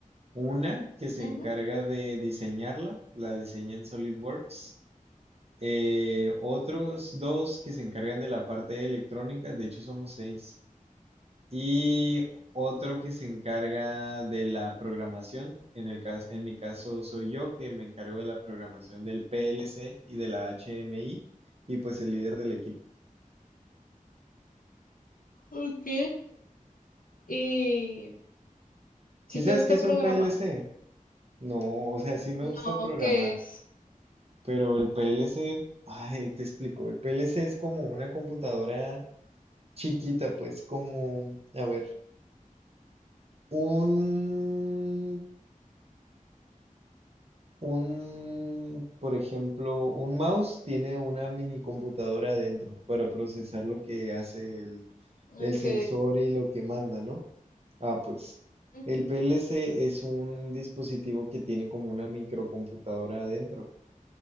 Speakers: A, on the right; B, on the left.
A: Una que se
B: Ujú,
A: encarga de diseñarla, la diseña en SolidWorks. Eh, otros dos que se encargan de la parte electrónica, de hecho somos seis. Y otro que se encarga de la programación, en el cas- en mi caso soy yo que me encargo de la programación del PLC y de la HMI y pues el líder del equipo.
B: Ok. ¿Y
A: ¿Sí
B: si
A: sabes
B: te gusta
A: qué es
B: programar?
A: un PLC? No, o sea, sí me
B: No,
A: gusta programar.
B: ¿qué es?
A: Pero el PLC, ay, te explico, el PLC es como una computadora chiquita, pues como, a ver, un, un, por ejemplo, un mouse tiene una mini computadora adentro para procesar lo que hace el,
B: Ok.
A: el sensor y lo que manda, ¿no? Ah, pues,
B: Ujú,
A: el PLC es un dispositivo que tiene como una microcomputadora adentro.